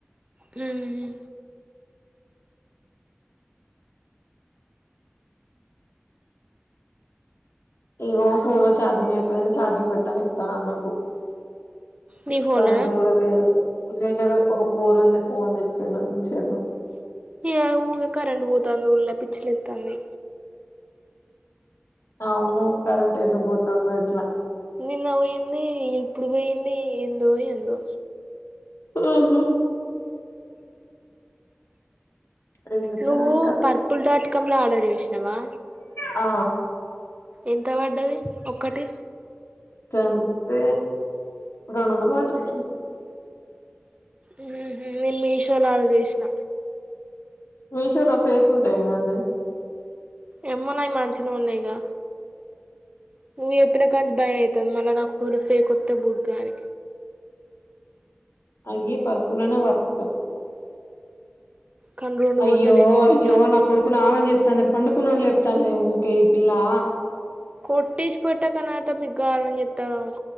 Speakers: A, on the right; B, on the left.
A: ఉ హు
B: ఈగో ఫోన్ లో ఛార్జింగ్ అయిపోయి ఛార్జింగ్ పెడతాడని ఇత్తన్న అన్నకు
A: నీ ఫోన్లనా
B: కరెంటు కూడా లేదు లేదు ఒక ఫోన్ ఉంది ఫోన్ తెచ్చిండు ఇంతసేపు
A: ఏ ఊకె కరంట్ పోతంది ఉల్లా పిచ్చిలేెతాంది
B: అవును కరెంట్ ఎందుకు పోతా ఇట్లా
A: నిన్న పోయింది ఇప్పుడు పోయింది ఏందో ఏందో
B: ఉ హు ఏం చెప్తానవ్
A: నువ్వు
B: ఇంకా
A: పర్పుల్ డాట్ కమ్లా ఆర్డర్ చేసినవా
B: ఆ
A: ఎంత పడ్డది ఒక్కటి
B: దానికి రెండు వందల పడ్డది
A: ఉ హు నేను మీషోలో ఆర్డర్ చేసిన
B: మీషోలో ఫేక్ ఉంటాయి కథనే
A: ఏమో నాయి మంచి గా ఉన్నాయిగా నువ్వు ఎప్పిన కాంచి భయ అవుతుది మళ్ళీ నాకు ఫేక్ అద్దె బుగ్గ అని
B: అ పరుపులోనే వర్తు
A: కానీ రెండు
B: అయ్యో
A: వందలు ఎన్ని రోజులు
B: అయ్యో
A: రాలేదు
B: నా కొడుకును ఆగం జెత్ తనే పండుకున్న లేపుతాందే ఊకే ఈ పిల్లా
A: కొట్టిష్పటకన్నాట మీగా గావురం జెత్తాన్నవు.